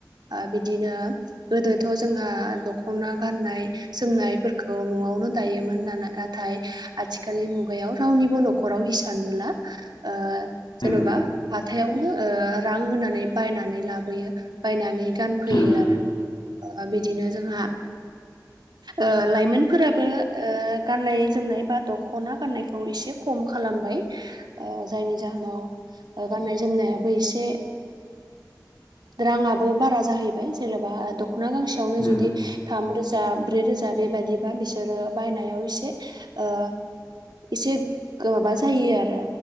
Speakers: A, on the right; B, on the left.
A: ओ बिदिनो गोदोथ' जोंहा दख'ना गाननाय जोमनायफोरखौ न'आवनो दायोमोन नालाय नाथाय आथिखालनि मुगायाव रावनिबो न'खराव हिसान नुला ओ
B: उम
A: जेनेबा हाथायावनो रां होनानै बायनानै लाबोयो बायनानै गान फैयो
B: उम
A: आरो बिदिनो जोंहा ओ लाइमोनफोराबो गाननाय जोमनाय बा दख'ना गाननायखौ एसे खम खालामबाय। ओ जायनि जाहोनाव गाननाय जोमनायाबो एसे राङाबो बारा जाहैबाय जेनेबा दख'ना गांसेयावनो जुदि
B: उम
A: थाम रोजा ब्रै रोजा बेबायदिबा बिसोरो बायनायाव एसे ओ एसे माबा जायो आरो